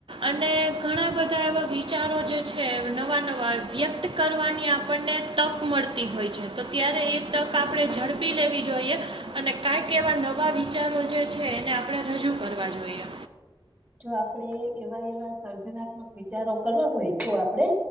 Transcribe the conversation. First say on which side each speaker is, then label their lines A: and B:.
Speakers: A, on the right; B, on the right.
A: અને ઘણા બધા એવા વિચારો જે છે નવા નવા વ્યક્ત કરવા વાની આપને તક મળતી હોય છે તો ત્યારે એ તક આપણે ઝડપી લેવી જોઈએ અ અને કાંઈક એવા નવા વિચારો જે છે એને આપણે રજૂ કરવા જોઈએ
B: જો આપણેે એવા એવા સર્જનાત્મક વિચારો કરવા હોય તો આપણે